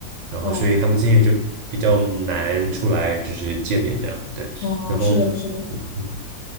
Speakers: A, on the right; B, on the left.
A: 然后所以他们之前就比较难出来就是见面这样，
B: 哦，
A: 对，
B: 哦，
A: 然后。
B: 是的，是的，
A: 嗯。